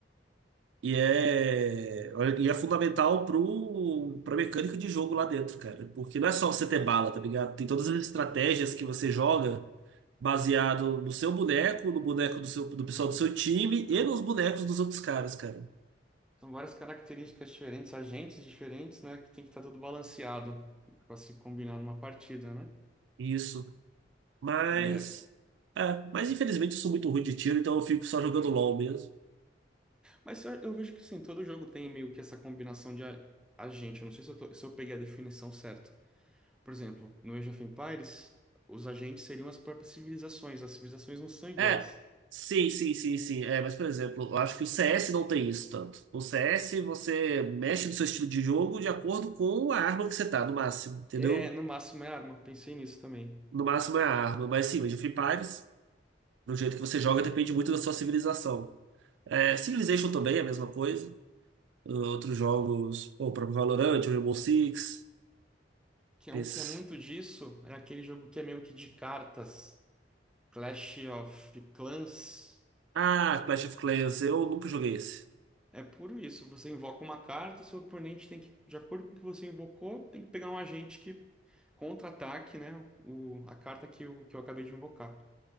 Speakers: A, on the right (about 80°); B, in the centre.
A: E é, e é fundamental pro, pra mecânica de jogo lá dentro, cara. Porque não é só você ter bala, tá ligado? Tem todas as estratégias que você joga baseado no seu boneco, no boneco do seu, do pessoal do seu time e nos bonecos dos outros caras, cara.
B: São várias características diferentes, agentes diferentes, né? Que tem que estar tudo balanceado para se combinar numa partida, né?
A: Isso. Mas.
B: É.
A: É, mas infelizmente eu sou muito ruim de tiro, então eu fico só jogando LOL mesmo.
B: Mas eu, eu vejo que sim, todo jogo tem meio que essa combinação de a- agente. Eu não sei se eu, tô- se eu peguei a definição certa. Por exemplo, no Age of Empires, os agentes seriam as próprias civilizações. As civilizações não são iguais.
A: É, sim, sim, sim, sim. É, mas, por exemplo, eu acho que o CS não tem isso tanto. O CS, você mexe no seu estilo de jogo de acordo com a arma que você tá, no máximo, entendeu?
B: É, no máximo é arma. Pensei nisso também.
A: No máximo é a arma. Mas sim, mas o Free Fires, do jeito que você joga, depende muito da sua civilização. É, Civilization também é a mesma coisa. Uh, Outros jogos, pô, o próprio Valorant, o Rainbow Six,
B: Que
A: esse.
B: é um que é muito disso, é aquele jogo que é meio que de cartas, Clash of Clans.
A: Ah, Clash of Clans, eu nunca joguei esse.
B: É puro isso. Você invoca uma carta, seu oponente tem que, de acordo com o que você invocou, tem que pegar um agente que contra-ataque, né? O, a carta que eu, que eu acabei de invocar.